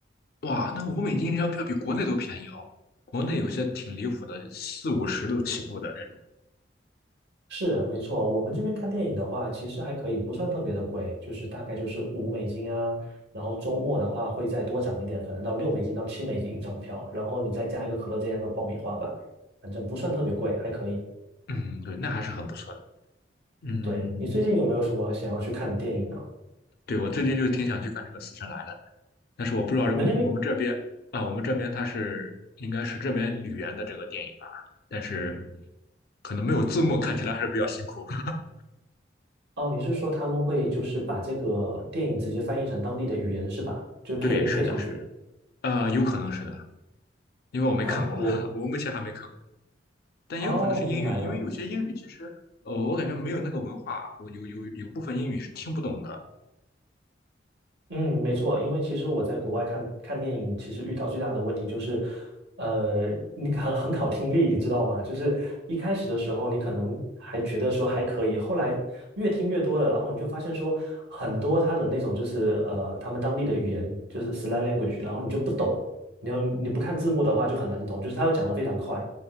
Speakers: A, on the left; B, on the right.
A: 哇，那欧美金一张票比国内都便宜哦。国内有些挺离谱的，四五十都起步的这种。
B: 是，没错，我们这边看电影的话，其实还可以，不算特别的贵，就是大概就是五美金啊，然后周末的话会再多涨一点，可能到六美金到七美金一张票，然后你再加一个可乐，再加一个爆米花吧，反正不算特别贵，还可以。
A: 嗯，对，那还是很不错的。嗯，
B: 对，你最近有没有什么想要去看的电影呢？
A: 对，我最近就挺想去看这个《死神来了》但是我不知道这我们这边啊，
B: 你们那边
A: 我们这边它是应该是这边语言的这个电影吧，但是可能没有字幕，看起来还是比较辛苦。<laughs>
B: 哦，你是说他们会就是把这个电影直接翻译成当地的语言是吧？就是配音配上去
A: 对，是的，是的，呃，有可能是的，因为我没看过，
B: 啊？我
A: 哈哈我目前还没看过，但也有可能是英语，
B: 哦，明白了。
A: 因为有些英语其实，呃，我感觉没有那个文化，我有有有部分英语是听不懂的。
B: 嗯，没错，因为其实我在国外看看电影，其实遇到最大的问题就是，呃，你很很考听力，你知道吗？就是一开始的时候，你可能还觉得说还可以，后来越听越多了，然后你就发现说很多他的那种就是呃他们当地的语言就是 slang language，然后你就不懂，你要你不看字幕的话就很难懂，就是他又讲的非常快，